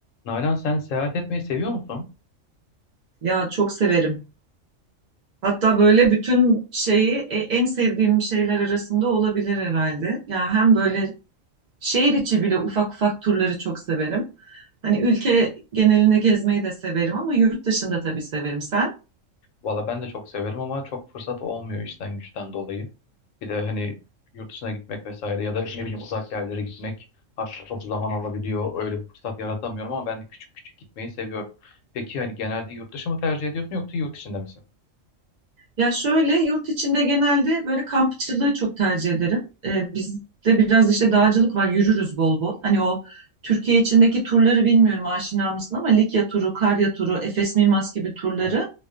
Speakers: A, on the left; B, on the right.
A: Nalan sen seyahat etmeyi seviyor musun?
B: Ya çok severim. Hatta böyle bütün şeyi e, en sevdiğim şeyler arasında olabilir herhalde. Yani hem böyle şehir içi bile ufak ufak turları çok severim. Hani ülke genelinde gezmeyi de severim ama yurt dışında tabii severim. Sen?
A: Valla ben de çok severim ama çok fırsat olmuyor işten güçten dolayı. Bir de hani yurt dışına gitmek vesaire ya da ne bileyim uzak yerlere gitmek artık çok zaman alabiliyor. Öyle bir fırsat yaratamıyorum ama ben de küçük küçük gitmeyi seviyorum. Peki hani genelde yurt dışı mı tercih ediyorsun yoksa yurt içinde misin?
B: Ya şöyle yurt içinde genelde böyle kampçılığı çok tercih ederim. Ee, bizde biraz işte dağcılık var, yürürüz bol bol. Hani o Türkiye içindeki turları bilmiyorum aşina mısın ama Likya turu, Karya turu, Efes Mimas gibi turları
A: Evet.